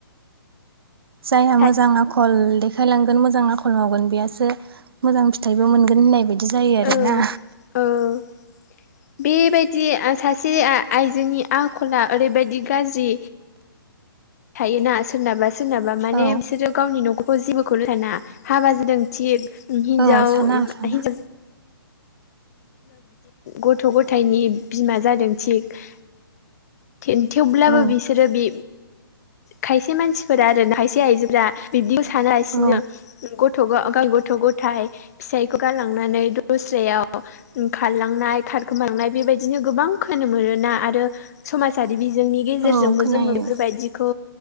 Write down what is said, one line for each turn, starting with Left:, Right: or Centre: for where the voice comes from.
Right: जायहा मोजां
Left: औ
Right: आखल देखायलांगोन मोजां आखल मावगोन बेहासो मोजां फिथाइबो मोनगोन होननाय बायदि जायो आरोना।
Left: औ औ <inaudible> बेबायदि सासेया आइजोनि आखला ओरैबायदि गाज्रि थायोना सोरनाबा सोरनाबा माने
Right: औ
Left: बिसोरो गावनि न'खर जेबोखौनो साना। हाबा जादों थिग हिन्जाव
Right: औ साना साना
Left: हिनजाव गथ' गथायनि बिमा जादों थिग। थेन-थेवब्लाबो
Right: औ
Left: बिसोरो बि खायसे मानसिफोरा आरो खायसे आयजोफोरा बिब्दिखौ साना लासिनो
Right: औ
Left: गथ' गथ' गथाय फिसायखौ गालांनानै दस्रायाव खारलांनाय खारखोमांनाय बेबायदिनो गोबां खोनानो मोनोना आरो समाजारि बिजोंनि गेजेरजोंबो
Right: औ खोनायो
Left: जोङो बेफोरबायदिखौ